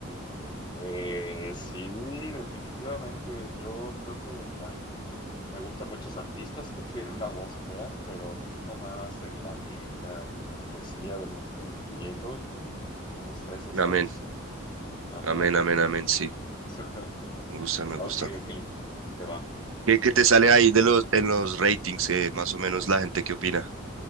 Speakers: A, on the left; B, on the right.
A: Pues sí, definitivamente. Yo creo que hay- me gustan muchos artistas que <laughs> tienen una voz fea, pero me fijo más en la lírica y en la poesía de lo que están escribiendo y, y me gusta eso, ¿sabes?
B: Amén,
A: Ajá.
B: amén, amén, amén, sí.
A: <laughs>
B: Me gusta, me
A: Ok,
B: gusta.
A: ok. Te va.
B: ¿Qué, qué te sale ahí de los, en los ratings, eh, más o menos la gente que opina?